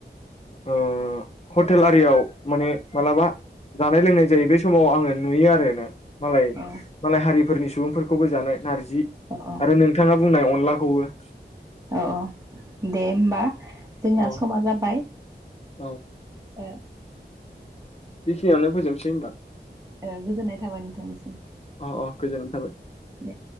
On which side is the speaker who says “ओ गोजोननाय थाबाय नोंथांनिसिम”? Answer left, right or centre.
Right